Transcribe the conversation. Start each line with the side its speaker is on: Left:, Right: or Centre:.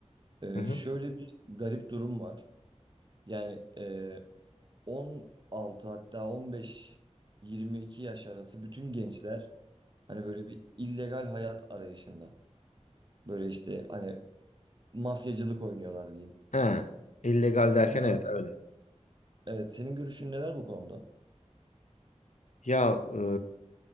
Right: e,
Left: Hı hı.
Right: şöyle bir garip durum var. Yani e, 16 hatta 15-22 yaş arası bütün gençler hani böyle bir illegal hayat arayışında. Böyle işte hani mafyacılık oynuyorlar diyeyim.
Left: Ha, illegal
Right: Bu
Left: derken
Right: konuda
Left: evet öyle.
Right: evet senin görüşün neler bu konuda?
Left: Ya e,